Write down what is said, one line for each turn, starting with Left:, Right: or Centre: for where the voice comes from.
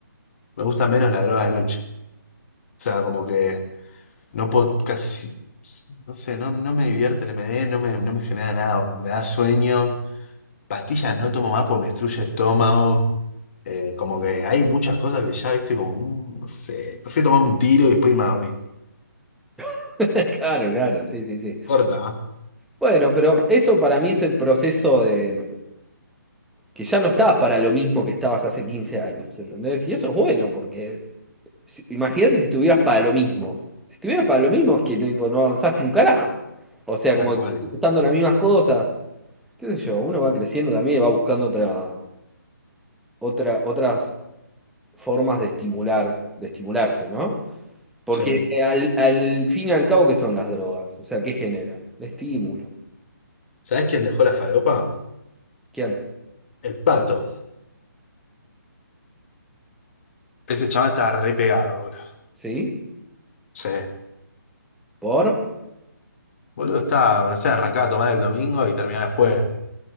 Left: me gusta menos la droga de noche. O sea, como que no puedo casi, no sé, no, no me divierte el MD, no me, no me genera nada. Me da sueño. pastillas no tomo más porque me destruye el estómago. Eh, como que hay muchas cosas que ya, viste, como, mm, no sé, prefiero tomar un tiro y después irme a dormir.
Centre: <laughs> Claro, claro, sí, sí, sí.
Left: Corta, ¿ah?
Centre: Bueno, pero eso para mí es el proceso de que ya no estás para lo mismo que estabas hace 15 años, ¿entendés? Y eso es bueno, porque si- imagínate si estuvieras para lo mismo. Si estuvieras para lo mismo es que tipo, no avanzaste un carajo. O sea, como
Left: Tal cual.
Centre: que te siguen gustando las mismas cosas. Qué sé yo, uno va creciendo también y va buscando otra, otra, otras formas de estimular, de estimularse, ¿no? Porque
Left: Sí.
Centre: eh, al, al fin y al cabo, ¿qué son las drogas? O sea, ¿qué generan? Estímulo.
Left: ¿Sabés quién dejó la falopa?
Centre: ¿Quién?
Left: El pato. Ese chaval estaba re pegado, boludo.
Centre: Sí,
Left: Sí.
Centre: por...
Left: Boludo, estaba, no sé, arrancaba a tomar el domingo y terminaba el jueves.